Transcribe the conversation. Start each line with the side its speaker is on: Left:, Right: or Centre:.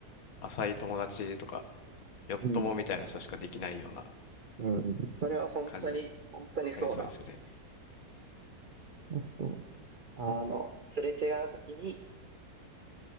Left: 浅い友達とかよっともみたいな人しかできないような
Right: うんうんそれは本当に、
Left: 感じに
Right: 本当にそうなんです。
Left: なりそうですよね。
Right: あと、あの、すれ違うときに、